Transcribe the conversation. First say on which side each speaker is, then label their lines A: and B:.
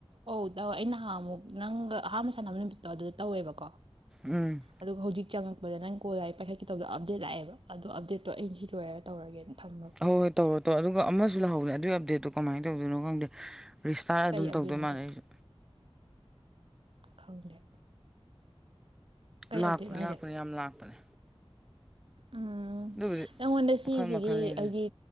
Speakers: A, on the right; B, in the centre.
A: ꯑꯣ ꯇꯧꯋꯦ ꯑꯩ ꯅꯍꯥꯟꯃꯨꯛ ꯅꯪꯒ ꯑꯍꯥꯟꯕ ꯁꯥꯟꯅꯕ ꯅꯨꯃꯤꯠꯇꯣ ꯑꯗꯨꯗ ꯇꯧꯋꯦꯕꯀꯣ
B: ꯎꯝ
A: ꯑꯗꯨꯒ ꯍꯧꯖꯤꯛ ꯆꯪꯉꯛꯄꯗ ꯅꯪ ꯀꯣꯜ ꯂꯥꯛꯑꯦ ꯄꯥꯏꯈꯠꯀꯦ ꯇꯧꯕꯗꯣ ꯑꯞꯗꯦꯠ ꯂꯥꯛꯑꯦꯕ ꯑꯗꯣ ꯑꯞꯗꯦꯠꯇꯣ ꯑꯩ ꯁꯤ ꯂꯣꯏꯔꯒ ꯇꯧꯔꯒꯦꯅ ꯊꯝꯃ
B: ꯍꯣꯏ ꯍꯣꯏ ꯇꯧꯔꯣ ꯇꯧꯔꯣ ꯑꯗꯨꯒ ꯑꯃꯁꯨ ꯂꯥꯛꯍꯧꯕꯅꯦ ꯑꯗꯨꯒꯤ ꯑꯞꯗꯦꯗꯠꯇꯣ ꯀꯃꯥꯏꯅ ꯇꯧꯗꯣꯏꯅꯣ ꯈꯪꯗꯦ ꯔꯤꯁꯇꯥꯔꯠ
A: ꯀꯩ
B: ꯑꯗꯨꯝ
A: ꯑꯞꯗꯦꯠꯅꯣꯁꯦ
B: ꯇꯧꯗꯣꯏ ꯃꯥꯜꯂꯦ ꯑꯩꯁꯨ
A: ꯈꯪꯗꯦ ꯀꯩ
B: ꯂꯥꯛꯄꯅꯦ
A: ꯑꯞꯗꯦꯠꯅꯣ ꯍꯥꯏꯁꯦ
B: ꯂꯥꯛꯄꯅꯦ ꯌꯥꯝ ꯂꯥꯛꯄꯅꯦ
A: ꯎꯝ ꯎꯝ
B: ꯑꯗꯨꯕꯨꯗꯤ
A: ꯅꯪꯉꯣꯟꯗ
B: ꯃꯈꯜ
A: ꯁꯤꯁꯤꯒꯤ
B: ꯃꯈꯜꯅꯤ ꯑꯗꯨ
A: ꯑꯩꯒꯤ